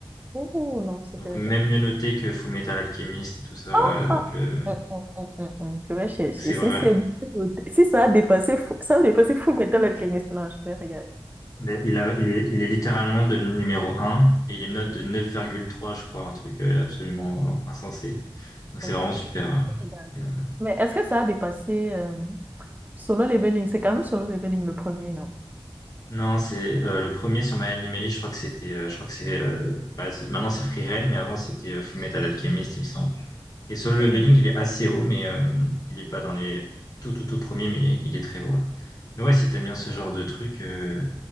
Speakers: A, on the right (about 20°); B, on the left (about 40°).
A: Oh non, c'est
B: Donc
A: pas...
B: même mieux noté que Fullmetal Alchemist et tout ça.
A: Ah,
B: Donc
A: ah,
B: euh,
A: hum, hum, hum, hum, hum. Je vais chercher.
B: donc c'est
A: Si,
B: vrai.
A: c'est- si ça a dépassé, Fu- ça a dépassé Full Metal Alchemist, non, je vais regarder.
B: Mais Il a, il est, il est littéralement devenu numéro un et il est note de 9,3, je crois, un truc euh, absolument euh, insensé. Donc c'est
A: Je vais
B: vraiment super. hein.
A: regarder.
B: Euh,
A: Mais est-ce que ça a dépassé euh, Solo Leveling? C'est quand même Solo Leveling le premier, non?
B: Non, c'est euh, le premier sur My Anime je crois que c'était, euh, je crois que c'est, euh, bah, c'est- maintenant c'est Free Reign, mais avant c'était euh, Fullmetal Alchemist, il me semble. Et Solo
A: Hmm.
B: Leveling, il est assez haut, mais euh, il est pas dans les tout tout tout premiers, mais il est, il est très haut. ouais. Mais ouais, si t'aimes bien ce genre de truc, euh,